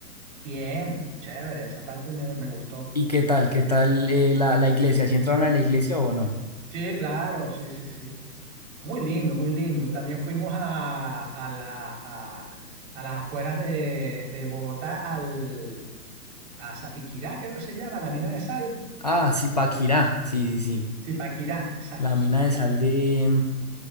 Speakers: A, on the right; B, on the left.
A: Bien, chévere, esa parte me, me gustó.
B: ¿y qué tal? ¿Qué tal eh, la, la iglesia? ¿Si entraron a la iglesia o no?
A: Sí, claro, sí, sí, sí. Muy lindo, muy lindo. También fuimos a, a la- a- a las afueras de, de Bogotá, al, a Zapiquirá, creo que se llama, la mina de sal.
B: Ah, sí, Paquirá, sí, sí, sí,
A: Zipaquirá, exacto,
B: la mina
A: Zipaquirá.
B: de sal de, mm,